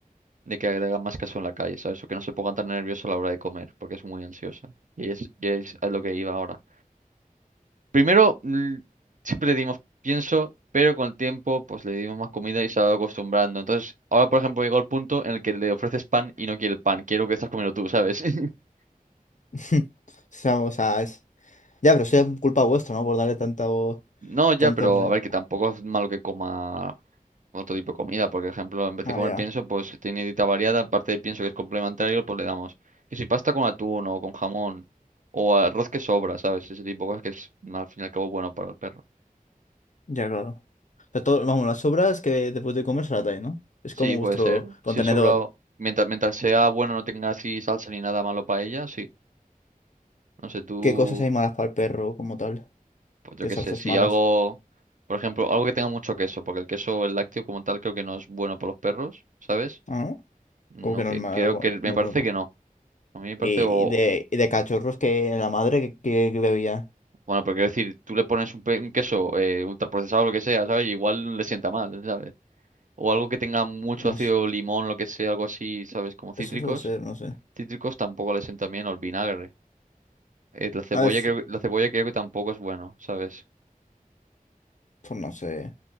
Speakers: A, on the right; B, on the left.
A: de que agregan más caso en la calle, ¿sabes? O que no se pongan tan nerviosos a la hora de comer, porque es muy ansiosa. Y es, y es a lo que iba ahora. Primero, mm, siempre le dimos pienso, pero con el tiempo, pues le dimos más comida y se ha ido acostumbrando. Entonces, ahora, por ejemplo, llegó el punto en el que le ofreces pan y no quiere el pan. Quiero que estás comiendo tú, ¿sabes? <laughs>
B: <laughs> O sea, o sea, es... Ya, pero eso ya es culpa vuestra, ¿no? Por darle tanto,
A: No, ya,
B: tanto
A: pero
B: re...
A: a ver, que tampoco es malo que coma otro tipo de comida. Por ejemplo, en vez
B: Ah,
A: de comer
B: ya.
A: pienso, pues tiene dieta variada. Aparte de pienso que es complementario, pues le damos. Que si pasta con atún o con jamón o arroz que sobra, ¿sabes? Ese tipo de cosas que es, al fin y al cabo, bueno para el perro.
B: Ya, claro. O sea, todo, vamos, las sobras que después de comer se las dais, ¿no? Es
A: Sí,
B: como
A: puede
B: vuestro
A: ser.
B: contenedor.
A: Si es sobrado, mientras, mientras sea bueno, no tenga así salsa ni nada malo para ella, sí. No sé, tú,
B: ¿Qué cosas hay malas para el perro como tal?
A: pues yo
B: ¿Qué
A: qué
B: salsas
A: sé, si
B: malas?
A: algo, por ejemplo, algo que tenga mucho queso, porque el queso, el lácteo como tal, creo que no es bueno para los perros, ¿sabes?
B: Ah, ¿no?
A: No,
B: Como que
A: que
B: no es malo,
A: creo que me
B: no
A: parece
B: pues, bueno.
A: que no. A mí me parece,
B: Y,
A: o,
B: y de, y de cachorros que la madre que, que- que bebía.
A: bueno, pero quiero decir, tú le pones un, pe- un queso eh, ultraprocesado, o lo que sea, ¿sabes? Y igual le sienta mal, ¿sabes? O algo que tenga mucho
B: No
A: ácido
B: sé,
A: limón, lo que sea, algo así, ¿sabes? Como cítricos.
B: eso puede ser, no sé.
A: Cítricos tampoco le sienta bien, o el vinagre. Eh, la cebolla
B: A ver,
A: creo, que- la cebolla creo que tampoco es bueno, ¿sabes?
B: Pues no sé.